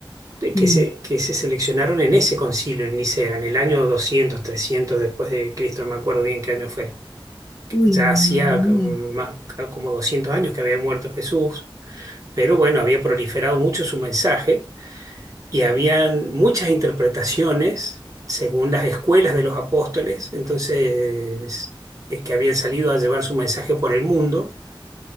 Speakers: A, on the right (about 40°); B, on the left (about 40°).
A: de- que
B: sí.
A: se, que se seleccionaron en ese concilio en Nicea, en el año 200 300 después de Cristo, no me acuerdo bien qué año fue.
B: Uy,
A: Ya
B: no,
A: hacía
B: no, yo ni
A: mm,
B: idea.
A: más- como 200 años que había muerto Jesús, pero bueno, había proliferado mucho su mensaje y habían muchas interpretaciones según las escuelas de los apóstoles, entonces, eh, que habían salido a llevar su mensaje por el mundo